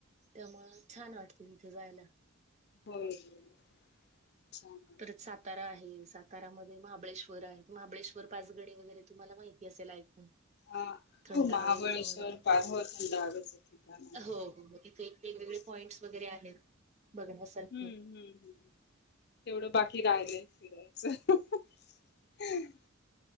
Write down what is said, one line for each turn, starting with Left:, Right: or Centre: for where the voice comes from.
Right: त्यामुळ छान वाटते तिथ जायला
Left: होय छान वाटतं
Right: परत सातारा आहे सातारामध्ये महाबळेश्वर आहे महाबळेश्वर पाचगणी वगैरे तुम्हाला माहिती असेल ऐकून
Left: हा
Right: थंड
Left: हो महाबळेश्वर
Right: हवेच म्हणून
Left: पा हो थंड हवेचं ठिकाण आहे
Right: हो मग तिथे वेगवेगळे पॉइंट्स
Left: हो
Right: वगैरे आहेत. बघण्यासारखे
Left: हम्म हम्म हम्म तेवढं बाकी राहिलंय <unintelligible>